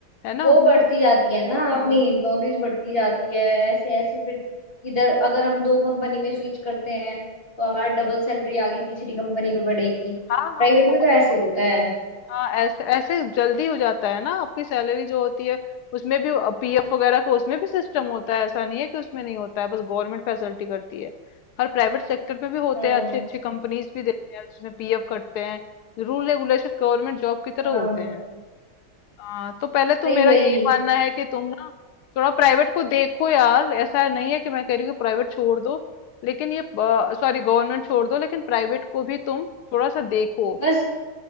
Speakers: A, on the left; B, on the left.
A: है ना
B: वो बढ़ती जाती है ना अपनी
A: हम्म हम्म
B: नॉलेज बढ़ती जाती है ऐसे ऐसे फिर इधर अगर हम दो कंपनी में स्विच करते हैं तो हमारा डबल सैलरी आगे तीसरी कंपनी में बढ़ेगी
A: हाँ हाँ
B: प्राइवेट
A: बहुत
B: में तो ऐसे
A: बहुत
B: होता है
A: हाँ ऐसे ऐसे जल्दी हो जाता है ना आपकी सैलरी जो होती है उसमें भी पीएफ वगैरह का उसमें भी सिस्टम होता है ऐसा नहीं है कि उसमें नहीं होता है बस गवर्नमेंट फैसिलिटी करती है हर प्राइवेट सेक्टर में भी होते
B: हाँ
A: हैं अच्छे अच्छे कंपनीज भी देते हैं जिसमें पीएफ कटते हैं रूल रेगुलेशन गवर्नमेंट जॉब की तरह
B: हाँ
A: होते हैं हाँ तो पहले तो
B: वही
A: मेरा
B: वही
A: यही मानना है कि तुम ना थोड़ा प्राइवेट को देखो यार ऐसा नहीं है कि मैं कह रही हूँ कि प्राइवेट छोड़ दो लेकिन ये सॉरी गवर्नमेंट छोड़ दो लेकिन प्राइवेट को भी तुम थोड़ा सा देखो
B: बस